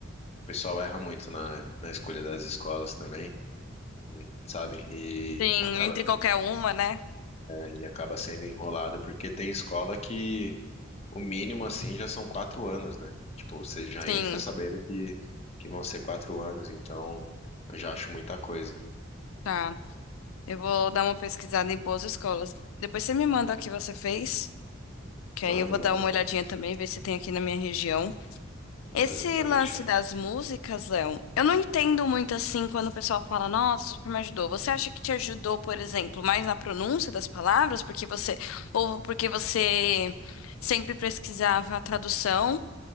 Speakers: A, on the left; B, on the left.
A: O pessoal erra muito na, na escolha das escolas também, sabe? E
B: sim,
A: acaba,
B: entre
A: sen-
B: qualquer uma, né?
A: é, e acaba sendo enrolado, porque tem escola que o mínimo assim já são quatro anos, né? Tipo, você já
B: Sim,
A: entra sabendo que, que vão ser quatro anos, então eu já acho muita coisa.
B: tá. Eu vou dar uma pesquisada em boas escolas. Depois você me manda o que você fez, que aí
A: Mando,
B: eu vou
A: mando,
B: dar uma olhadinha
A: sim.
B: também, ver se tem aqui na minha região. Esse
A: mando, pode
B: lance
A: deixar.
B: das músicas, Léo, eu não entendo muito assim quando o pessoal fala, nossa, super me ajudou. Você acha que te ajudou, por exemplo, mais na pronúncia das palavras, porque você, ou porque você sempre pesquisava a tradução